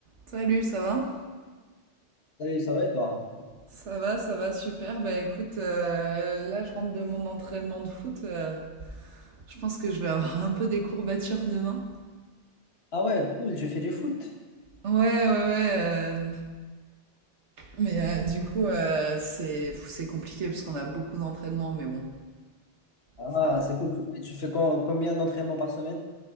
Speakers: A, on the right; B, on the left.
A: Salut, ça va?
B: Salut, ça va et toi?
A: Ça va, ça va, super. Bah écoute, euh, là je rentre de mon entraînement de foot. euh, je pense que je vais avoir un peu des courbatures demain.
B: Ah ouais, cool, tu fais du foot.
A: Ouais, ouais, ouais. euh, mais euh, du coup, euh, c'est pff, c'est compliqué parce qu'on a beaucoup d'entraînements, mais bon.
B: Ah,
A: ça va.
B: c'est cool. Tu, tu fais com- combien d'entraînements par semaine?